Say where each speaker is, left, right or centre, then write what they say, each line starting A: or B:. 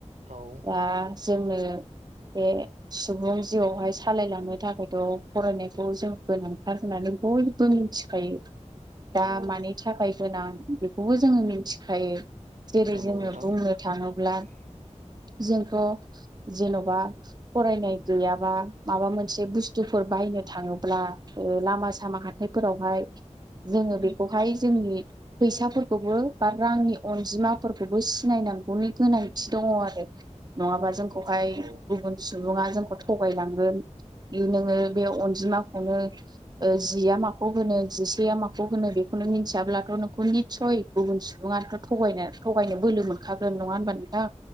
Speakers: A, on the right; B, on the right.
A: औ
B: दा जोंङो बे सु बुं जिउआवहाय सालायलांनो थाखायथ' फरायनायखौ जों गोनांथार होननानै बयबो मिथिखायो दा
A: नंगौ
B: मानि थाखाय। गोनां बेखौबो जोङो मिथिखायो जेरै
A: नंगौ
B: जोङो
A: नोंथां
B: बुंनो थाङोब्ला।
A: <inaudible>
B: जोंथ' जेन'बा फरायनाय गैयाबा माबा मोनसे बुस्थुफोर बा। बुंनो थाङोबा ओ लामा सामा हाथाय फोरावहाय जोङो बेखौ हाय। जोंनि फैसाफोरखौबो बा रांनि अनजिमाफोरखौबो सिनायनांगौनि गोनांथि दं। दंङ आरो नङाबा
A: नंगौ
B: जोंखौहाय
A: नोंथां औ
B: गुबुन सुबुङा जोंखौ थगायलां। ओ दि नोंङो बे अनजिमाखौनो ओ जिया माखौ होनो। जिसेया माखौ होनो बेखौनो मिथियाब्लाथ' नोंखौ निसय गुबुन सुबुङाथ' थ थगायनो बो। बोलो मोनखागोन नङा होनबा